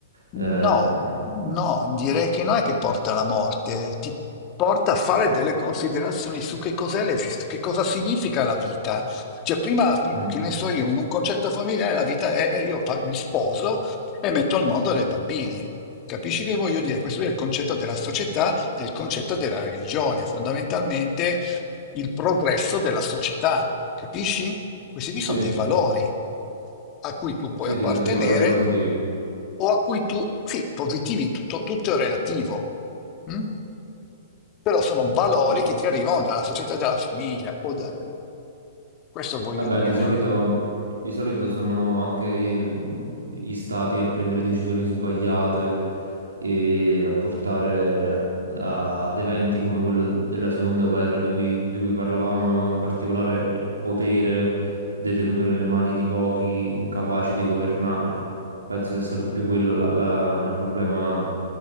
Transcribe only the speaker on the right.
Ehm,
mm,
sì,
sì,
sì, sono dei valori positivi.
Ma
Vabbè,
di solito, di solito sono anche i- gli stati a prendere decisioni sbagliate e a portare a- ad eventi come quello della seconda guerra di cui, di cui parlavamo, in particolare il potere detenuto nelle mani di pochi incapaci di governare. Penso sia stato più quello la- la- il problema